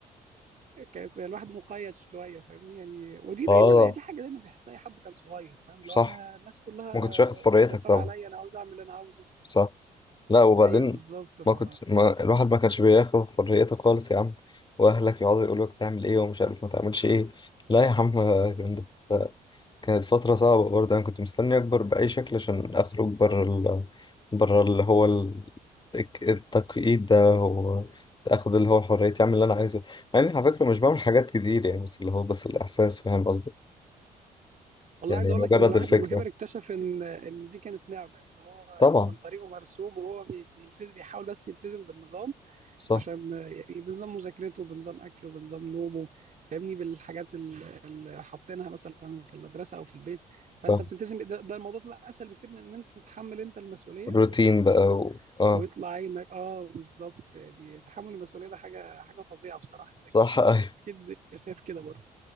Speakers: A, on the right; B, on the left.
A: كان كان الواحد مقيد شويه فاهمني يعني ودي
B: اه
A: دايما يعني دي حاجه دايما بيحسها اي حد كان صغير فاهم اللي
B: صح
A: هو انا الناس كلها
B: ما كنتش واخد حريتك
A: مسيطره
B: طبعا
A: عليا انا عاوز اعمل اللي انا عاوزه
B: صح لا وبعدين
A: ايوه بالظبط ف
B: ما كنت ما الواحد ما كانش بياخد حريته خالص يا عم واهلك يقعدوا يقولوا لك تعمل ايه ومش عارف ما تعملش ايه لا يا عم كانت كانت فترة صعبة برضه انا كنت مستني اكبر بأي شكل عشان اخرج بره ال... بره اللي هو ال... الك- التقييد ده واخد اللي هو حريتي اعمل اللي انا عايزه مع اني على فكرة مش بعمل حاجات كتير يعني بس اللي هو بس الاحساس فاهم قصدي
A: والله
B: يعني
A: عايز اقول
B: مجرد
A: لك ان الواحد
B: الفكرة
A: لما كبر اكتشف ان ان دي كانت نعمه ان هو
B: طبعا
A: مثلا طريقه مرسوم وهو بي- بيلتزم بيحاول بس يلتزم بالنظام
B: صح
A: عشان يعني بنظام مذاكرته بنظام اكله بنظام نومه فاهمني بالحاجات ال- اللي حاطينها مثلا في المدرسه او في البيت فانت
B: صح
A: بتلتزم ده, ده الموضوع طلع اسهل بكتير من ان انت تتحمل انت المسؤوليه
B: روتين
A: و...
B: بقى و... اه
A: ويطلع عينك اه بالظبط يعني تحمل المسؤوليه ده حاجه حاجه فظيعه بصراحه انت
B: صح
A: اكيد
B: أيوه.
A: اكيد شايف كده برضه